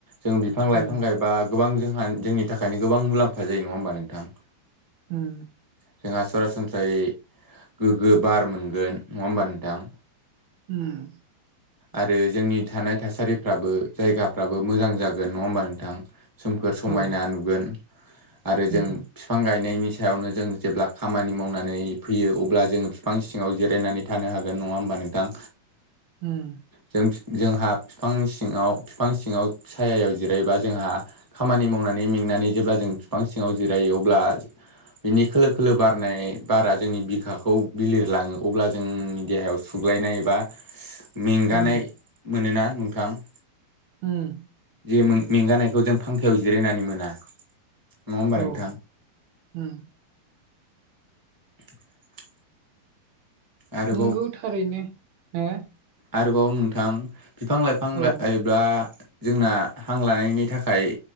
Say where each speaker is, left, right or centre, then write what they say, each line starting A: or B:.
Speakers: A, on the right (about 20°); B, on the right (about 85°).
A: जों बिफां-लाइफां
B: उम
A: गायबा गोबां जोंहा, जोंनि थाखायनो गोबां मुलाम्फा जायो नङा होमबा नोंथां?
B: उम
A: जोंहा सरासनस्रायै गोग्गो बार मोनगोन नङा होमबा नोंथां ।
B: ओम ।
A: आरो जोंनि थानाय थासारिफ्राबो जायगाफ्राबो मोजां जागोन नङा होमबा नोंथां सोमखोर समायना
B: औ
A: नुगोन आरो जों
B: उम
A: बिफां गायनायनि सायावनो जों जेब्ला खामानि मावनानै फैयो अब्ला जोङो बिफां सिङाव जिरायनानै थानो हागोन नंङा होमबा नोंथां
B: ओम ।
A: जों जोंहा बिफां सिङाव बिफां सिङाव सायायाव जिरायोबा जोंहा खामानि मावनानै मेंनानै जेब्ला जों बिफां सिङाव जिरायो अब्ला बिनि खोलो-खोलो बारनाय बारा जोंनि बिखाखौ बिलिरलाङो अब्ला जोंनि देहायाव सुग्लायनाय बा मेंगानाय
B: उम
A: मोनोना नोंथां ।
B: उम
A: जे मेंगानायखौ जों फांखायाव जिरायनानै मोना नङा होमबा
B: औ
A: नोंथां
B: ओम ।
A: <inaudible> आरोबाव
B: नंगौ थारैनो हो
A: आरोबाव नोंथां बिफां लाइफां
B: हो
A: बा जोंना हां लानायनि थाखाय